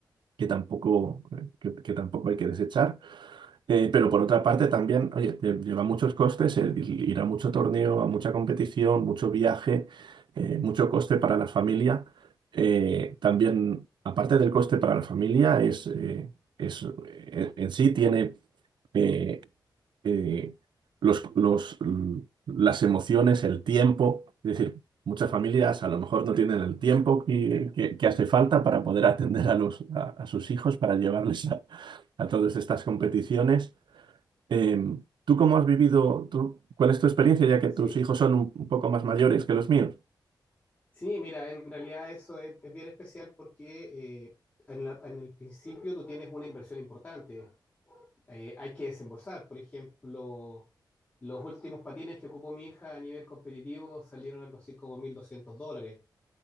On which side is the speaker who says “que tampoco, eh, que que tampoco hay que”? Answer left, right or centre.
Right